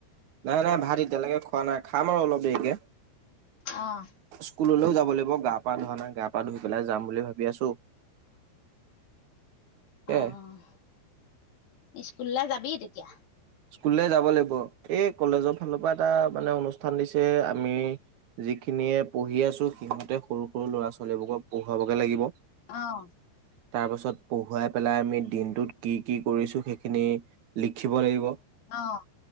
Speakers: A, on the right (about 85°); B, on the left (about 90°).
A: নাই নাই ভাত এতিয়ালৈকে খোৱা নাই খাম আৰু অলপ দেৰিকে
B: অঁ
A: স্কুললৈও যাব লাগিব গা পা ধোৱা নাই গা পা ধুই পেলাই যাম বুলি ভাবি আছো
B: অ
A: এ
B: । স্কুললৈ যাবি তেতিয়া
A: স্কুললে যাব লাগিব এই কলেজৰ ফালৰ পৰা এটা মানে অনুষ্ঠান দিছিল । যে আমি যিখিনিয়ে পঢ়ি আছো সিহঁতে সৰু সৰু ল'ৰা ছোৱালীবোৰক পঢ়ুৱাবকে লাগিব
B: অঁ
A: তাৰ পাছত পঢ়ুৱাই পেলাই আমি দিনটোত কি কি কৰিছো সেইখিনি লিখিব লাগিব
B: অঁ